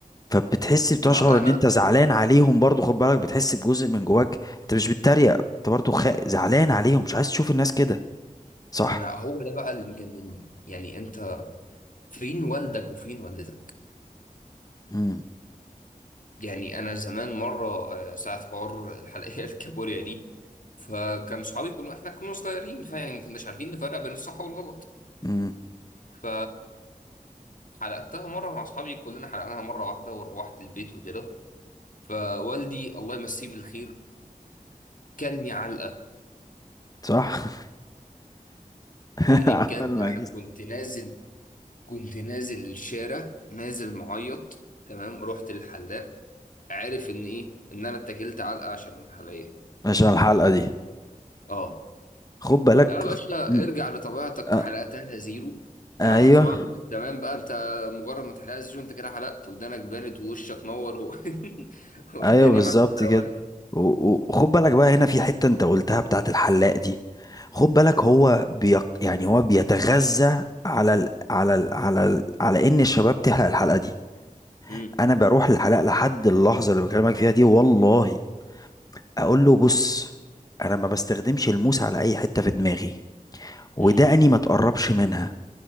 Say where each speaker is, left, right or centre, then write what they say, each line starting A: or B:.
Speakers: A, on the left; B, on the left.
A: فبتحس بتشعر
B: ما انا
A: ان انت زعلان عليهم برضو خد بالك بتحس بجزء من جواك انت مش بتتريق انت برضو خ... زعلان عليهم مش عايز تشوف الناس كده صح
B: انا هو ده بقى اللي مجنني يعني انت فين والدك وفين والدتك
A: امم
B: يعني انا زمان مره آه، ساعه حوار الحلقيه <laughs> الكابوريا دي فكان صحابي كلهم احنا كنا صغيرين فيعني ما كناش عارفين نفرق بين الصح والغلط
A: امم
B: ف حلقتها مره مع اصحابي كلنا حلقناها مره واحده وروحت البيت وكده فوالدي الله يمسيه بالخير كلني علقه
A: صح <laughs>
B: يعني بجد
A: عمال ما
B: انا كنت نازل كنت نازل الشارع نازل معيط تمام رحت للحلاق عارف ان ايه ان انا اتكلت علقه عشان الحلقيه
A: عشان الحلقه دي
B: اه
A: خد بالك
B: يا باشا
A: مم.
B: ارجع لطبيعتك
A: آه.
B: حلقتها زيرو تمام
A: ايوه
B: وطبعا زمان بقى انت مجرد ما تحلقها زيرو انت كده حلقت ودانك بانت ووشك نور و... <laughs> والدنيا
A: ايوه بالظبط
B: معاك في
A: كده
B: روقان
A: و- و- وخد بالك بقى هنا في حتة انت قلتها بتاعت الحلاق دي خد بالك هو بيق... يعني هو بيتغذى على ال... على ال... على ال... على ان الشباب تحلق الحلقة دي
B: امم
A: انا بروح الحلاق لحد اللحظة اللي بكلمك فيها دي والله اقول له بص انا ما بستخدمش الموس على اي حتة في دماغي ودقني
B: امم
A: ما تقربش منها